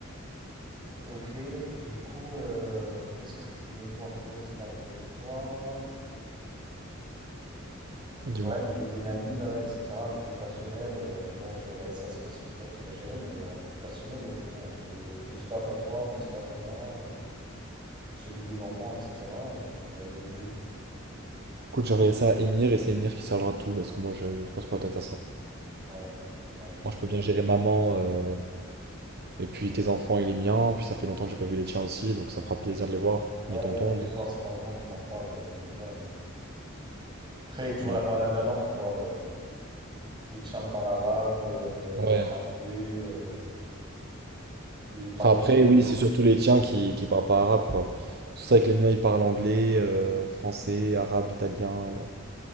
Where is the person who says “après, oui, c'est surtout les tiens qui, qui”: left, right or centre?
Right